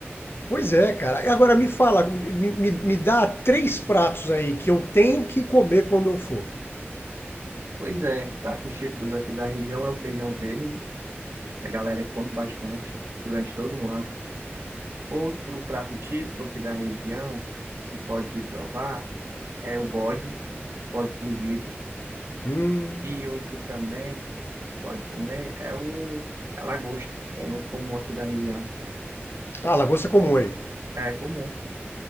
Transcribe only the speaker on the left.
Pois é, cara. E Agora me fala, me, me, me dá três pratos aí que eu tenho que comer quando eu for.
Hum.
Ah, lagosta é comum aí.